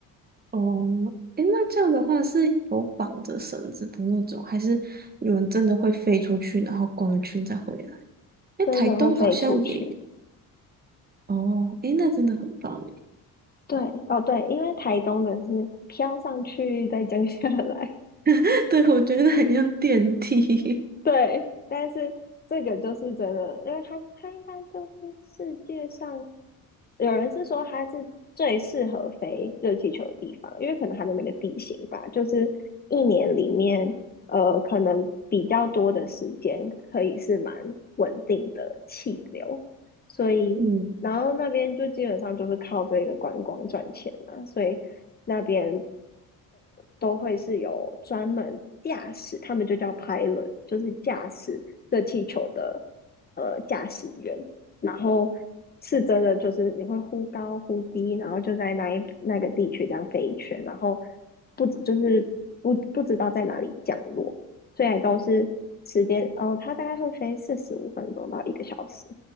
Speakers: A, on the right (about 25°); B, on the left (about 25°).
A: 哦，诶，那这样的话是有绑着绳子的那种，还是你们真的会飞出去，然后逛一圈再回来？诶，
B: 真的会飞出去。
A: 台东好像也有。哦，诶，那真的很棒。
B: 对，哦对，因为台东的是飘上去再降下来，
A: <laughs> 对，我觉得很像电梯。<laughs>
B: 对，但是这个就是真的，因为它它应该就是世界上有人是说它是最适合飞热气球的地方，因为可能它的那个地形吧，就是一年里面呃可能比较多的时间可以是蛮稳定的气流，所以然后那边就基本上就是靠这个观光赚钱了，
A: 嗯，
B: 所以那边都会是有专门驾驶，他们就叫 pilot，就是驾驶热气球的呃驾驶员。然后是真的，就是你会忽高忽低，然后就在那一那个地区这样飞一圈，然后不就是不不知道在哪里降落，虽然都是时间，哦，它大概会飞四十五分钟到一个小时，